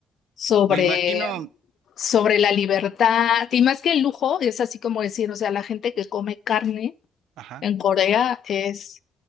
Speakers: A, on the left; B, on the right.
A: sobre,
B: me imagino,
A: sobre la libertad. Y más que el lujo, es así como decir, o sea, la gente que come carne
B: ajá,
A: en Corea es